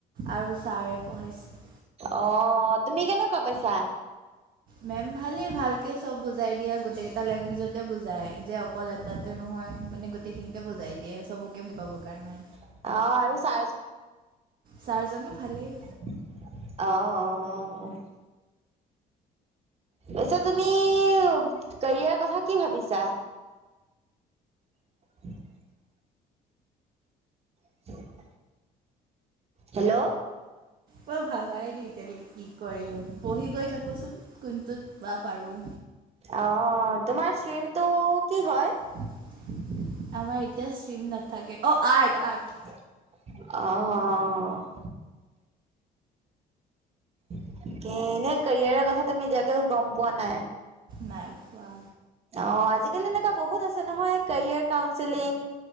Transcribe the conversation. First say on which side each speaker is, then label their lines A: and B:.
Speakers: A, on the right; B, on the right.
A: আৰু ছাৰে পঢ়াইছে।
B: অ', তুমি কেনেকুৱা পাইছা?
A: মেম ভালেই, ভালকে চব বুজাই দিয়ে। গোটেইকেইটা লেংগুৱেজ তে বুজাই, যে অকল এটাতে নহয়, মানে গোটেইখিনিতে বুজাই দিয়ে, চবকে বুজি পাবৰ কাৰণে।
B: অঁ, আৰু ছা
A: ছাৰজনো ভালেই।
B: অ' অ'। তাৰপিছত তুমি, কেৰিয়াৰ কথা কি ভাবিছা? <inaudible> <inaudible> হেল্ল'।
A: মই ভাবাই নাই এতিয়ালেকি কি কৰিম, পঢ়ি গৈ থাকোচোন। কোনটোত বা পাৰোঁ।
B: অঁ, তোমাৰ ষ্ট্ৰীমটো কি হয়?
A: আমাৰ এতিয়া ষ্ট্ৰীম নাথাকে। অ', আৰ্ট আৰ্ট।
B: অহ। এনে কেৰিয়াৰৰ কথা তুমি এতিয়াকে গম পোৱা নাই।
A: নাই পোৱা।
B: অ আজিকালি এনেকুৱা বহুত আছে নহয় career counselling.